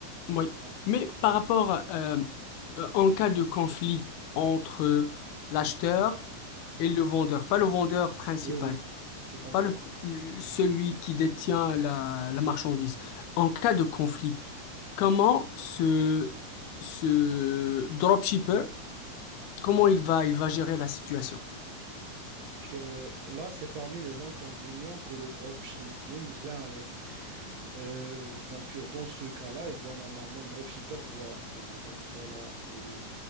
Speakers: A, on the left; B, on the right.
A: oui.
B: Donc,
A: Mais par rapport, euh, euh, en cas de conflit entre l'acheteur et le vendeur, pas le vendeur principal,
B: oui, oui, je comprends.
A: pas le, celui qui détient la, la marchandise, en cas de conflit, comment ce, ce dropshipper, comment il va, il va gérer la situation?
B: Que là, c'est parmi les inconvénients que le dropshipping vient avec. Euh, donc, dans ce cas-là, il doit normalement, le dropshipper doit euh, donc voilà euh,